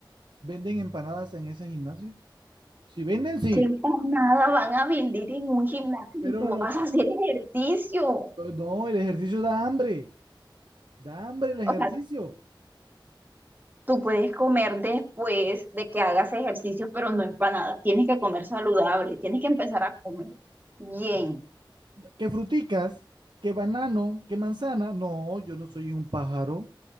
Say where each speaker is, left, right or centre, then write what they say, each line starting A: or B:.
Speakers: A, on the right; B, on the right.
A: ¿venden empanadas en ese gimnasio? Si venden, sí,
B: ¿Qué nada van a vender en un gimnasio
A: pero
B: y tú
A: no,
B: vas a hacer ejercicio?
A: no, el ejercicio da hambre, da hambre el ejercicio.
B: O sea, tú puedes comer después de que hagas ejercicio, pero no empanadas. Tienes que comer saludable, tienes que empezar a comer bien.
A: ¿Qué fruticas? ¿Qué banano? ¿Qué manzana? No, yo no soy un pájaro.